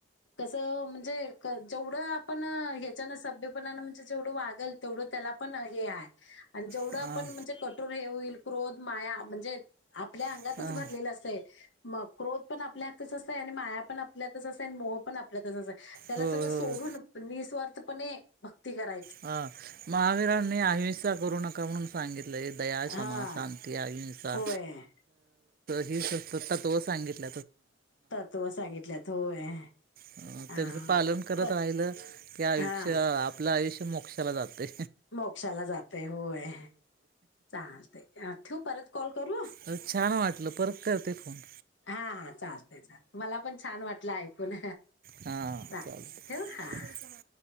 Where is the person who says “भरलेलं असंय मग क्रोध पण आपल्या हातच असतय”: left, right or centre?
Left